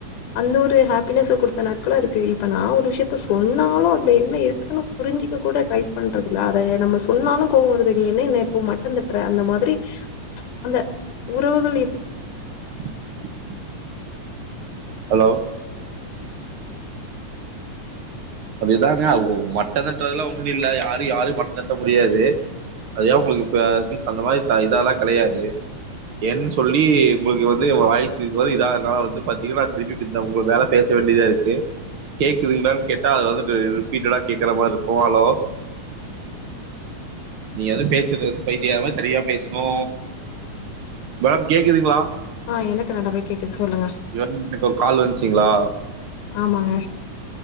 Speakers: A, on the left (about 80°); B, on the right (about 70°).
A: அந்த ஒரு ஹாப்பினஸ்ஸ கொடுத் நாட்கள இருக்கு இப்ப நான் ஒரு த்த சொன்னாலும் இ என்ன இருக்குன்னு புரிஞ்சு கூட ட்ரை பண்றதுல்ல அதை நம்ம சொன்னாலும் கோவம்றது நீ என்ன என்ன இப்போ மட்ட தட்டுற அந்த மாதிரி ச்சு அந்த உறவுகள் எப்
B: <inaudible> ஹலோ அது தாங்க மட்ட தட்றதெல்லா ஒண்ணு இல்ல யா யாரும் மட்ட தட்ட முடியாது அது ஏ உங்குளுக்கு இப்ப அந்த மாரி அது இதெல்லா கிடையாது என் சொல்லி உங்குளுக்கு வந்து வாய்ஸ்ஸு இதுவர இதாகுறனால வந்து பாத்தீங்கனா திருப்பி உங்க மேல பேச வேண்டியதா இருக்கு கேக்குதுங்களானு கே அது வந்துட்டு ரிப்பிட்டடா கேக்குற மாரி இருக்கும் ஹலோ நீயாது பேசிட்டு இரு பயித்தியகார மாரி தனியா பேசுணு மேம் கேக்குதுங்களா
A: ஆ எனக்கு நல்லாவே கேக்குது சொல்லுங்க
B: இவன் எனக்கு ஒரு கால் வந்துச்சுங்களா
A: ஆமாங்க